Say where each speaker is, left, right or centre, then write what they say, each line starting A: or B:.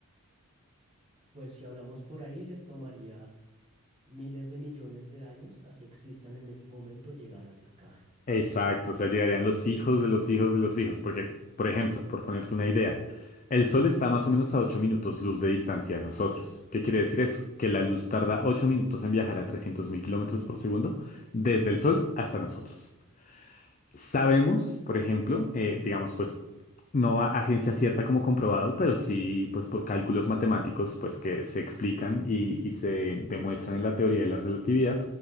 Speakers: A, on the right (about 25°); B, on the left (about 35°).
A: Pues si hablamos por ahí, les tomaría miles de millones de años, así existan en este momento, llegar hasta acá.
B: Exacto, o sea, llegarían los hijos de los hijos de los hijos, porque, por ejemplo, por ponerte una idea, el Sol está más o menos a 8 minutos luz de distancia de nosotros. ¿Qué quiere decir eso? Que la luz tarda 8 minutos en viajar a 300.000 kilómetros por segundo desde el Sol hasta nosotros. Sabemos, por ejemplo, eh, digamos, pues no a, a ciencia cierta como comprobado, pero sí, pues por cálculos matemáticos, pues que se explican y, y se demuestran en la teoría de la relatividad,